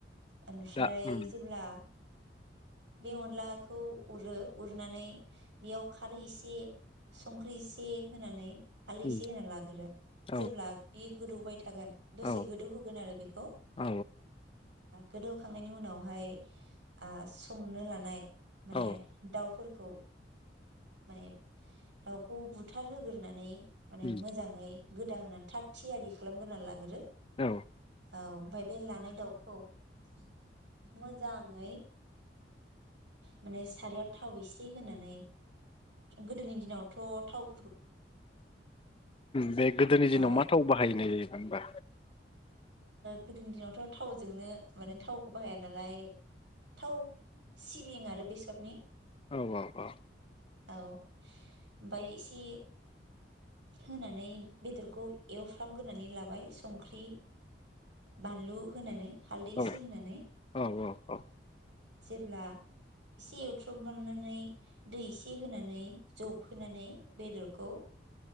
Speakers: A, on the right; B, on the left.
A: ओमफ्राय
B: दा उम
A: जेब्ला बे अनलाखौ उरो उरनानै बेयाव खारै इसे संख्रि इसे होनानै हालदै
B: उम
A: एसे होना लागोरो
B: औ
A: जेब्ला बि गोदौबाय थागोन दसे
B: औ
A: गोदौहोगोन आरो बेखौ
B: औ
A: गोदौखांनायनि उनावहाय ओ संनो लानाय माने
B: औ
A: दाउफोर खौ। माने दाउखौ बुथार होगोरनानै माने
B: उम
A: मोजाङै गोदा होनानै थाग थियारि खालामग्रोनानै लाग्रो।
B: औ
A: औ ओमफ्राय बे लानाय दाउखौ खौ मोजाङै माने सारियाव थाव एसे होनानै गोदोनि दिनावथ' थाव
B: बे गोदोनि दिनाव
A: ओ
B: मा थाव बाहायनाय जायोमोन होमबा।
A: गोदोनि दिनावथ' थावजोंनो माने थावखौ बाहाया नालाय थाव। सिबिं आरो बेसरनि
B: औ औ औ।
A: औ ओमफाय एसे होनानै बेदरखौ एवफ्रामग्रोनानै लाबाय संख्रि बानलु होनानै हालदै
B: औ
A: एसे होनानै
B: औ औ
A: अब्ला एसे एवथ्रबनानै दै एसे होनानै जबहोनानै बेदरखौ